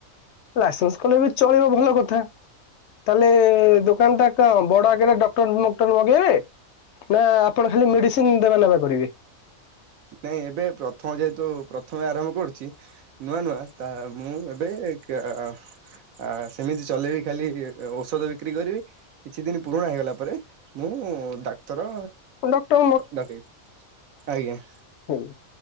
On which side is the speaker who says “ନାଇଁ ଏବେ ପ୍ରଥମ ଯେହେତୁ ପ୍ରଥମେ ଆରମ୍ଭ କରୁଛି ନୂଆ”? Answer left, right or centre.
Right